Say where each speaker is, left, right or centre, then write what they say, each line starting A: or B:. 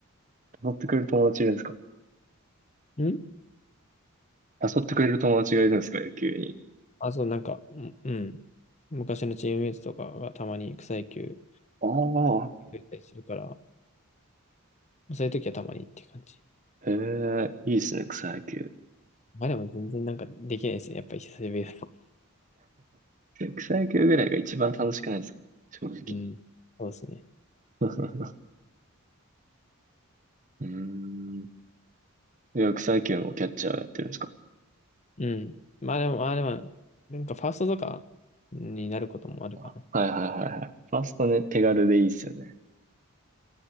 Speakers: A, on the right (about 35°); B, on the left (about 30°).
A: 誘ってくれる友達いるんですか
B: うん
A: 誘ってくれる友達がいるんですか野球に。
B: あ、そう、なんか、うん、うん。昔のチームメイトとかがたまに草野球
A: ああ、
B: やってたりするから、そういう時はたまにっていう感じ。
A: へえ、いいですね、草野球。
B: まあでも全然なんかできないですね。やっぱり久しぶりだと。
A: 草野球ぐらいが一番楽しくないですか正直。
B: うん。そうですね。
A: <laughs> うーん。いや、草野球もキャッチャーやってるんですか
B: うん。まあでも、まあでも、なんかファーストとかになることもあるかな。
A: あはいはいはいはい。ファーストね、手軽でいいっすよね。